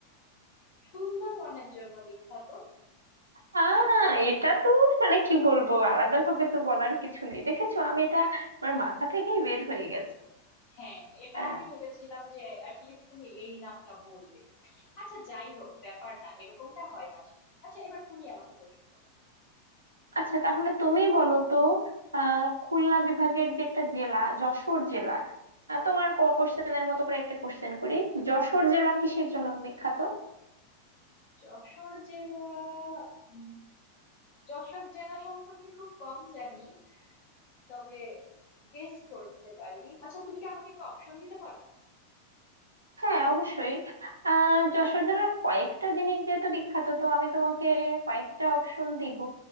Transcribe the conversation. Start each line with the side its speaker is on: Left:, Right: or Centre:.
Left: সুন্দরবনের জন্য বিখ্যাত
Right: আহ এটা তো মানে কি বলবো আলাদা ভাবে তো বলার কিছু নেই দেখেছো আমি এটা আমার মাথা থেকেই বের হয়ে গেছে
Left: হ্যাঁ এটা
Right: আহ,
Left: আমি ভেবেছিলাম যে অ্যাটলিস্ট তুমি এই নামটা বলবে আচ্ছা যাই হোক ব্যাপার না এরকমটা হয় মাঝে মাঝে। আচ্ছা এবার তুমি আমাকে প্রশ্ন করো
Right: আচ্ছা তাহলে তুমি বলো তো আহ খুলনা বিভাগের যে একটা জেলা যশোর জেলা আহ, তোমার কোশ্চেনের মতো করে একটা কোশ্চেন করি যশোর জেলা কিসের জন্য বিখ্যাত
Left: যশোর জেলা উম, যশোর জেলা সম্পর্কে খুব কম জানি তবে গেস করতে পারি আচ্ছা তুমি কি আমাকে একটা অপশন দিতে পারো
Right: হ্যাঁ অবশ্যই আহ যশোর জেলার কয়েকটা জিনিস যেহেতু বিখ্যাত তো আমি তোমাকে কয়েকটা অপশন দিব